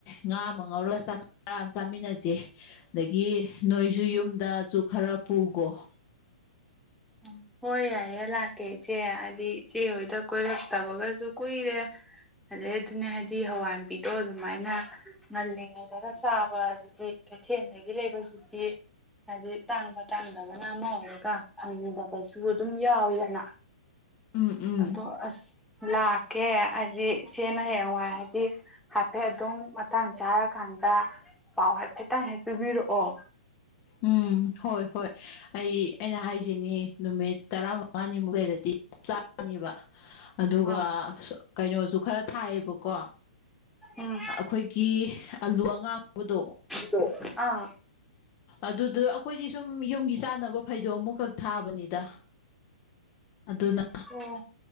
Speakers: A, on the left; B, in the centre.
A: ꯉꯥ ꯑꯃ ꯉꯧꯔ ꯆꯥꯛ ꯆꯔꯥ ꯑꯃ ꯆꯥꯃꯤꯟꯅꯁꯦ ꯑꯗꯒꯤ ꯅꯣꯏꯁꯨ ꯌꯨꯝꯗꯖꯨ ꯈꯔ ꯄꯨꯒꫭ
B: ꯎꯝ ꯍꯣꯏ ꯌꯥꯏꯌꯦ ꯂꯥꯛꯀꯦ ꯏꯆꯦ ꯍꯥꯏꯗꯤ ꯏꯆꯦ ꯍꯣꯏꯗ ꯀꯣꯏꯔꯛꯇꯕꯒꯖꯨ ꯀꯨꯏꯔꯦ ꯑꯗꯩ ꯑꯗꯨꯅꯦ ꯍꯥꯏꯗꯤ ꯍꯋꯥꯏꯃꯨꯕꯤꯗꯣ ꯑꯗꯨꯃꯥꯏꯅ ꯉꯜꯂꯤꯉꯩꯗꯒ ꯆꯥꯕ ꯑꯗꯨꯗꯤ ꯀꯩꯊꯦꯜꯗꯒꯤ ꯂꯩꯕꯁꯤꯗꯤ ꯍꯥꯏꯗꯤ ꯇꯥꯡꯕ ꯇꯥꯡꯗꯕꯅ ꯑꯃ ꯑꯣꯏꯔꯒ ꯐꯪꯗꯕꯁꯨ ꯑꯗꯨꯝ ꯌꯥꯎꯋꯤꯗꯅ
A: ꯎꯝ ꯎꯝ
B: ꯑꯗꯣ ꯑꯁ ꯂꯥꯛꯀꯦ ꯑꯩꯗꯤ ꯏꯆꯦꯅ ꯍꯌꯦꯡꯋꯥꯏ ꯍꯥꯏꯗꯤ ꯍꯥꯏꯐꯦꯠ ꯑꯗꯨꯝ ꯃꯇꯥꯡ ꯆꯥꯔꯀꯥꯟꯗ ꯄꯥꯎ ꯍꯥꯏꯐꯦꯠꯇꯪ ꯍꯦꯛꯇ ꯄꯤꯕꯤꯔꯛꯑꯣ
A: ꯎꯝ ꯍꯣꯏ ꯍꯣꯏ ꯑꯩ ꯑꯩꯅ ꯍꯥꯏꯖꯤꯅꯤ ꯅꯨꯃꯤꯠ ꯇꯔꯥ ꯃꯪꯉꯥꯅꯤꯃꯨꯛꯂꯩꯔꯗꯤ ꯆꯥꯅꯤꯕ ꯑꯗꯨꯒ
B: ꯑꯥ
A: ꯀꯩꯅꯣꯁꯨ ꯈꯔ ꯊꯥꯏꯌꯦꯕꯀꯣ
B: ꯎꯝ
A: ꯈꯣꯏꯀꯤ ꯑꯂꯨ ꯑꯉꯥꯡꯕꯗꯣ
B: ꯗꯣ ꯑꯥ
A: ꯑꯗꯨꯗꯨ ꯑꯩꯈꯣꯏꯗꯤ ꯁꯨꯝ ꯌꯨꯝꯒꯤ ꯆꯥꯟꯅꯕ ꯐꯩꯗꯣꯝꯃꯨꯛꯈꯛ ꯊꯥꯕꯅꯤꯗ ꯑꯗꯨꯅ
B: ꯎꯝ